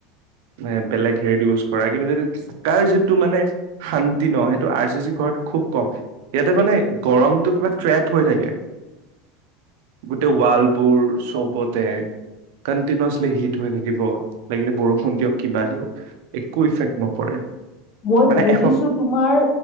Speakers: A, on the right; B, on the left.
A: এ বেলেগ হেৰি ইউজ কৰা কিন্তু যদিাৰ যিটো মানে শান্তি ন সেইটো আৰ চি চি ঘৰত খুব কম ইয়াতে মানে গৰমটো কিবা ট্ৰেপ হৈ থাকে। গোটেই ৱালবোৰ চবতে। কণ্টিনচলি হিট হৈ থাকিব লাগিলে বৰষুণ দিয়ক কিবা দিয়ক একো ইফেক্ট নপৰে।
B: মই
A: মানে
B: বুজিছো
A: এশ
B: তোমাৰ